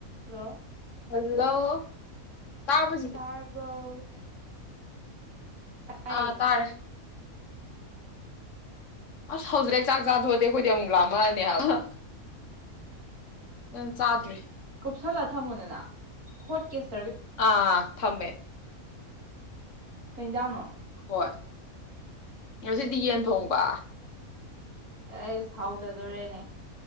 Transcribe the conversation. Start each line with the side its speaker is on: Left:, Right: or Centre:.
Right: hello
Left: hello ꯇꯥꯔꯕꯣ ꯆꯤꯆꯦ
Right: ꯇꯥꯔꯕꯣ ꯇꯥꯏꯌꯦ
Left: ꯑꯥ ꯇꯥꯔꯦ ꯑꯁ ꯍꯧꯖꯤꯛꯇꯩ ꯆꯥꯛ ꯆꯥꯇꯣꯛꯑꯗꯤ ꯑꯩꯈꯣꯏꯗꯤ ꯑꯃꯨꯛ ꯂꯥꯝꯃꯛꯑꯅꯦ ꯍꯥꯏꯕ ꯑꯝ ꯆꯥꯗ꯭ꯔꯤ
Right: ꯀꯨꯞꯁꯜꯂ ꯊꯝꯃꯣꯗꯅ ꯍꯣꯠ ꯀꯦꯁ
Left: ꯑꯥ ꯊꯃꯦ
Right: ꯀꯩꯖꯥꯡꯅꯣ
Left: ꯍꯣꯏ ꯉꯁꯤꯗꯤ ꯌꯦꯟ ꯊꯣꯡꯕ
Right: ꯑꯩꯁ ꯊꯥꯎꯗꯗꯣꯔꯦꯅꯦ